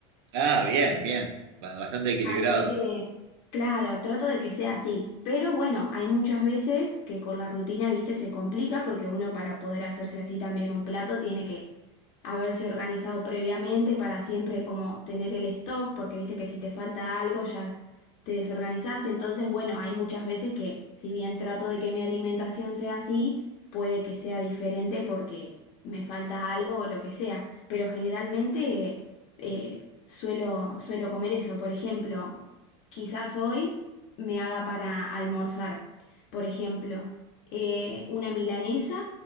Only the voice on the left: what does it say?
Así que, claro, trato de que sea así. Pero bueno, hay muchas veces que con la rutina, viste, se complica porque uno para poder hacerse así también un plato tiene que haberse organizado previamente para siempre como tener el stock, porque viste que si te falta algo ya te desorganizaste. Entonces, bueno, hay muchas veces que si bien trato de que mi alimentación sea así, puede que sea diferente porque me falta algo o lo que sea. Pero generalmente... eh, Suelo, suelo comer eso. Por ejemplo, quizás hoy me haga para almorzar, por ejemplo, eh, una milanesa